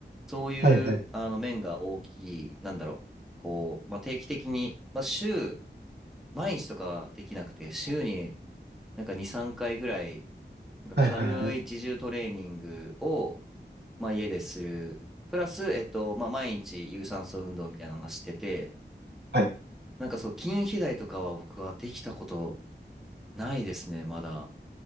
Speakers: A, in the centre; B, on the right.
A: そういう、
B: はい。はい。
A: あの、面が大きい、なんだろう。こう、まあ、定期的に、まあ、週、毎日とかはできなくて、週になんか2、3回ぐらい、なんか軽い自重トレーニングを、
B: はいはいはい。
A: まあ、家でする。プラス、えっと、まあ、毎日有酸素運動みたいなのはしてて、
B: はい。
A: なんかそう、筋肥大とかは僕はできたことないですね、まだ。